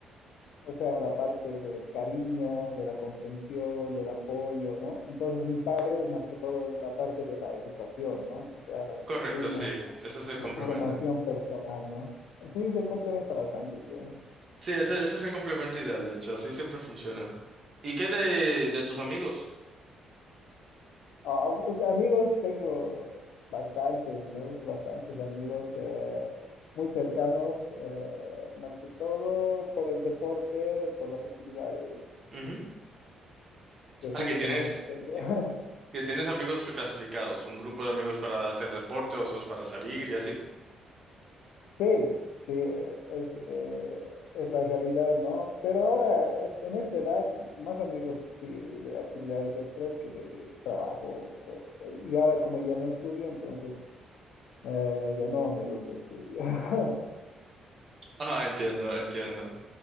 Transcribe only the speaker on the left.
o sea, la parte del cariño, de la comprensión, del apoyo, ¿no? Entonces, mi padre es más que todo la parte de la educación, ¿no? O sea, la disciplina,
la
formación personal, ¿no? Sí, se complementa bastante bien.
Ah, pues, amigos tengo bastantes, ¿no? Bastantes amigos eh, muy cercanos, eh, más que todo por el deporte, por las actividades
de
fin
de
semana que tengo.
<laughs>
Sí, sí, eh, es, eh, es la realidad, ¿no? Pero ahora, es- en esta edad, más amigos, sí, de actividades extras que de trabajo. co- Y ahora como ya no estudio, entonces eh, ya no amigos de estudio. <laughs>